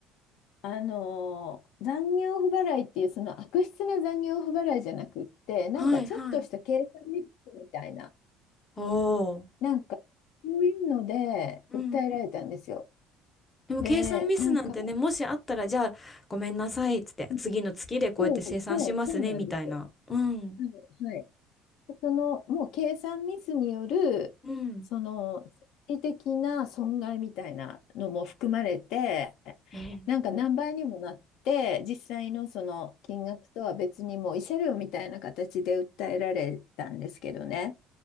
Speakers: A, on the left (about 70°); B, on the left (about 20°).
A: あのー残業不払いっていうその悪質な残業不払いじゃなくってなんかちょっとした計算ミスみたいな
B: ーはいはい。おー。
A: なんかそういうので訴えられたんですよ。
B: うん。でも計算ミスなんてね、
A: でなんか
B: もしあったら、じゃあ、ごめんなさい、つって、
A: うん
B: 次の月でこうやって生産しますね、
A: そうそうそうなんですよ。
B: みたいな。うん。
A: はい、はいその、もう計算ミスによる、
B: うん。
A: その、心理的な損害みたいなのも含まれて、
B: えー
A: なんか何倍にもなって、実際のその金額とは別にもう慰謝料みたいな形で訴えられたんですけどね。